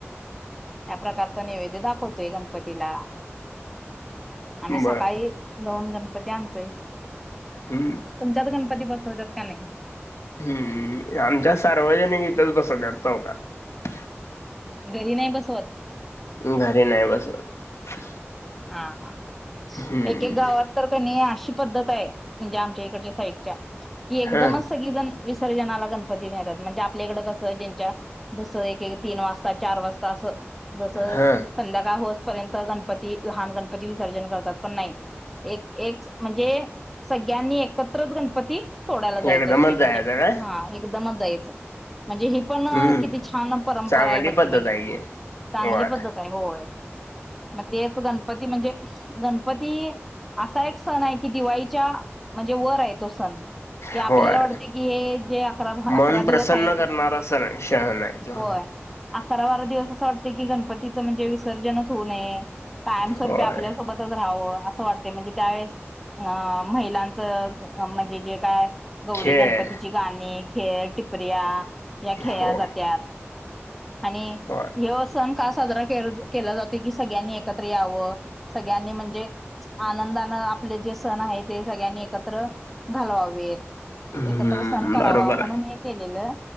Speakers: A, in the centre; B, on the left.
A: त्या प्रकारचा नैवेद्य दाखवतोय गणपतीला. आम्ही सकाळी.
B: बर
A: जाऊन गणपती आणतोय.
B: हम्म
A: तुमच्याात गणपती. गणपती बसवतात. का नाहीं.
B: हम्म, आमच्या सार्वजनिक इथच बसवतात. चौकात.
A: घरी नाही बसवत.
B: घरी नाही बसवत.
A: हा, हा.
B: हम्म
A: एक-एक गावात तर कणी. अशी पद्धत आहे, म्हणजे आमच्या इकडच्या साईडच्या. एकदमचं
B: हा
A: सगळी जण. विसर्जनाला गणपती नेतात, म्हणजे आपल्याकडं कसं ज्यांच्या जसं एक-एक तीन वाजता, चार वाजता, असं. जसं
B: हा
A: संध्याकाळ होस. पर्यंत गणपती. लहान गणपती विसर्जन करतात, पण नाही एक म्हणजे सगळ्यांनी एकत्रच गणपती. गणपती सोडायला जायचं
B: एकदमच
A: असतोय म्हणजे.
B: जायचं काय
A: एकदमच जायचं. म्हणजे ही पण
B: हम्म
A: किती छान परंपरा
B: चांगली
A: आहे बाकी
B: पद्धत
A: म्हणजे,
B: आहे की
A: चांगली
B: होय
A: पद्धत आहे होय. तेच गणपती म्हणजे. गणपती असा एक सण आहे की दिवाळीच्या म्हणजे वर आहे तो सण. आपल्याला
B: होय
A: वाटते की हे जे अकरा-अकरा
B: मन प्रसन्न
A: दिवस आहेत.
B: करणारा सण शण आहे तो
A: होय. अकरा-बारा दिवस असं वाटते की गणपतीचं म्हणजे. वी. विसर्जनच होऊ नये. कायमस्वरूपी
B: होय
A: आपल्यासोबतच राहावं असं वाटत म्हणजे त्यावेेळेस अ, महिलांचं. म्हणजे जे काय. गौरी
B: खेळ
A: गणपतीची गाणी. खेळ टिपऱ्या. या खेळल्या
B: हो
A: जात्यात, आणि
B: हो
A: ह्यो सण का साजरा केला. केला जातोय की सगळ्यांनी एक एकत्र यावं. सगळ्यांनी म्हणजे आनंदात आपले जे सण आहे ते सगळ्यांनी एकत्र घालवावेत
B: हम्म
A: एकत्र सण करावा
B: बरोबर
A: म्हणून
B: आहे
A: हे केलेलं